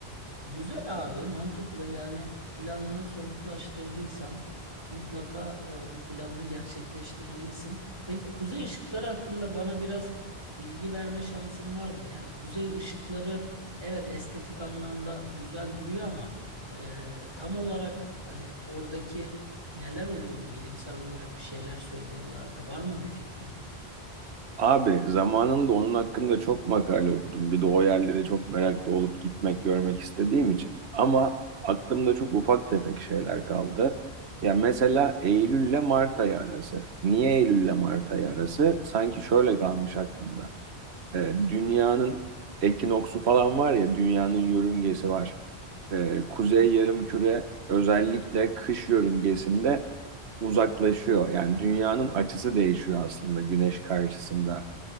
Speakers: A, on the right; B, on the right.
A: E, Güzel abi, mantıklı. Yani planını somutlaştırdıysan mutlaka e, bu planını gerçekleştirmelisin. Peki kuzey ışıkları hakkında bana biraz bilgi verme şansın var mı? Yani kuzey ışıkları evet estetik anlamda güzel duruyor ama e, tam olarak hani oradaki neler oluyordu bilimsel olarak bir şeyler söylüyorlardı. Var mı bir fikrin?
B: Abi zamanında onun hakkında çok makale okudum. Bir de o yerlere çok meraklı olup gitmek, görmek istediğim için. Ama aklımda çok ufak tefek şeyler kaldı. Ya mesela Eylül ile Mart ayı arası. Niye Eylül ile Mart ayı arası? Sanki şöyle kalmış aklımda. Ee, dünyanın ekinoksu falan var ya, dünyanın yörüngesi var. Ee, Kuzey Yarımküre özellikle kış yörüngesinde uzaklaşıyor. Yani dünyanın açısı değişiyor aslında güneş karşısında